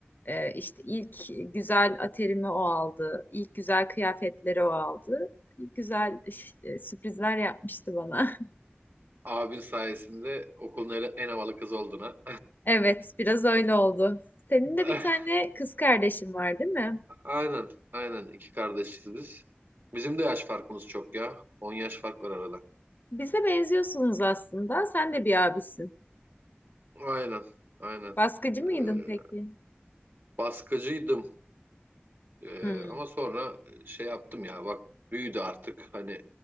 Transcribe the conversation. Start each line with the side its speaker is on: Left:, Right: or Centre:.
Left: Ee, işte ilk güzel aterimi o aldı. İlk güzel kıyafetleri o aldı. Güzel e, sürprizler yapmıştı bana. <laughs>
Right: Abin sayesinde okulun en en havalı kızı oldun ha.
Left: Evet, biraz öyle oldu. Senin de
Right: <laughs>
Left: bir tane kız kardeşin var, değil mi?
Right: Aynen, aynen. iki kardeşiz biz. Bizim de yaş farkımız çok ya. on yaş fark var arada.
Left: Bize benziyorsunuz aslında. Sen de bir abisin.
Right: Aynen, aynen.
Left: Baskıcı
Right: Ee,
Left: mıydın peki?
Right: baskıcıydım. Ee,
Left: Hmm.
Right: ama sonra şey yaptım ya. Bak büyüdü artık. Hani